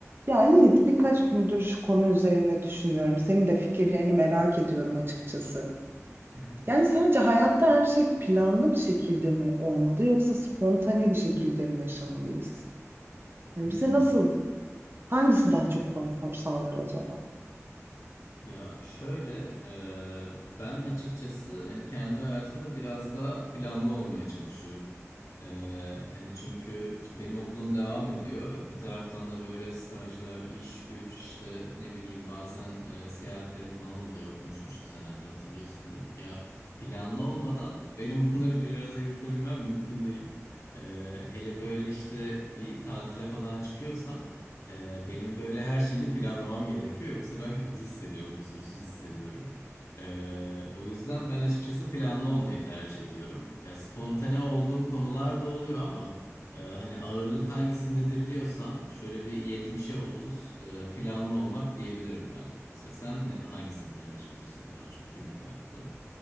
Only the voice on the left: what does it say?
Hı hı.
Hmm.
Ya şöyle e, ben açıkçası hani kendi hayatımda biraz daha planlı olmaya çalışıyorum. E, hani çünkü şimdi benim okulum devam ediyor. Bir taraftan da böyle stajlar, iş güç işte ne bileyim bazen e, seyahatlerim falan oluyor. Konuşmuştuk seninle de hatırlıyorsundur. Ya planlı olmadan benim <laughs> bunları bir arada yürütebilmem mümkün değil. E, hele böyle işte bir tatile falan çıkıyorsam Ee, benim böyle her şeyini planlamam gerekiyor. Yoksa ben kötü hissediyorum, huzursuz hissediyorum. Ee, o yüzden ben açıkçası planlı olmayı tercih ediyorum. Ya spontane olduğum konular da oluyor ama e, hani ağırlık hangisindedir diyorsan şöyle bir yetmiş'e 30 e, planlı olmak diyebilirim ben. Mesela sen ne- hangisini tercih ediyorsun daha çok günlük hayatta?